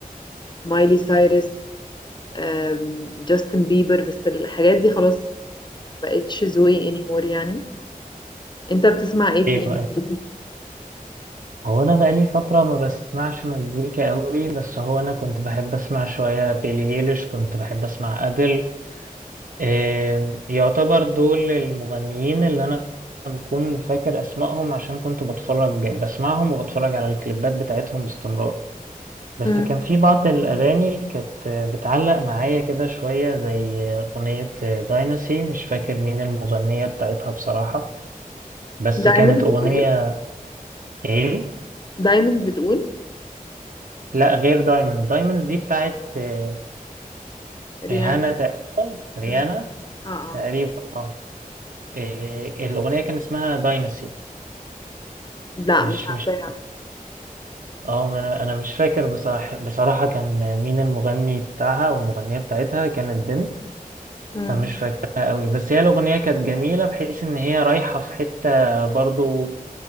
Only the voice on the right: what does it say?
إيه
بقى هو أنا بقالي فترة ما بسمعش مزيكا أوي بس هو أنا كنت بحب أسمع شوية بيلي إيليش كنت بحب أسمع أديل إيه يعتبر دول المغنيين اللي أنا بكون فاكر أسمائهم عشان كنت بتفرج بسمعهم وبتفرج على الكليبات بتاعتهم باستمرار بس
كان في بعض الأغاني كانت بتعلق معايا كده شوية زي أغنية دايناسي مش فاكر مين المغنية بتاعتها بصراحة بس
كانت
أغنية إيه؟
لا غير دايموند دايموند دي بتاعت آه،
ريهانا تقريبا ريانا
تقريبا اه إيه، الأغنية كان اسمها دايناسي
مش
مش اه ما أنا أنا مش فاكر بصراحة بصراحة كان مين المغني بتاعها والمغنية بتاعتها كانت بنت
انا مش فاكرها قوي بس هي الاغنيه كانت جميله بحيث ان هي رايحه في حته برضو